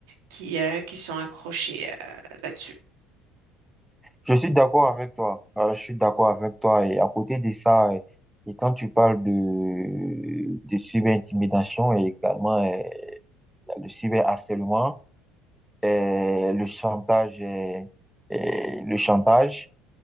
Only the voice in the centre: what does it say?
je suis d'accord avec toi. Euh, je suis d'accord avec toi. Et à côté de ça, euh, et quand tu parles de, de cyber-intimidation et également euh, le cyber-harcèlement, euh, le chantage, euh, euh, le chantage.